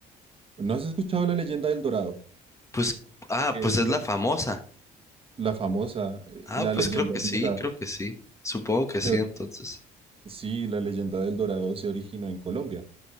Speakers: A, on the right; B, on the left.
A: ¿No has escuchado la leyenda del Dorado?
B: pues, ah,
A: Que
B: pues es
A: lo-
B: la famosa.
A: la famosa, eh,
B: Ah,
A: la
B: pues
A: leyenda
B: creo que
A: del
B: sí,
A: Dorado.
B: creo que sí. Supongo que sí,
A: se ori-
B: entonces.
A: Sí, la leyenda del Dorado se originó en Colombia.